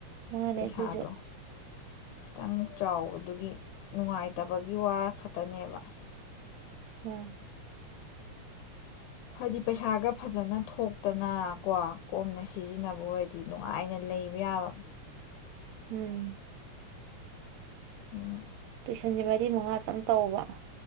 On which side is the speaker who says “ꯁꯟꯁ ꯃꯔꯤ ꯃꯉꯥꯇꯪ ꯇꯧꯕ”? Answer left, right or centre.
Right